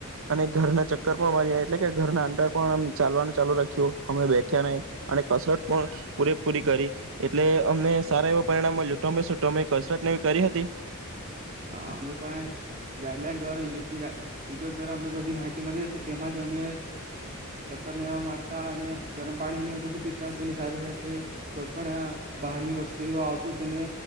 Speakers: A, on the right; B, on the right.
A: અમે ઘરના ચક્કર પણ <unintelligible> એટલે કે ઘરના અંદર પણ ચાલવાનું ચાલુ રાખ્યું અમે બેઠ્યા નહી અને કસરત પણ પૂરેપૂરી કરી એટલે અમને સારા એવા પરિણામ મળ્યું. તમે સુ કસરત ને એવી કરી હતી?
B: હા અમે પણ આય ગાઈડલાઈન દ્વારા ઉ યુટ્યુબ દ્વારા અમને બધ માહિતી. તિ મળી હતી તેમાં જ અમે ચક્કર ને મારતા અને ગરમ પાણીને બધું પીતા તેની સાથે સાથે કોઈ પણ બહારની વસ્તુ આવતું તેને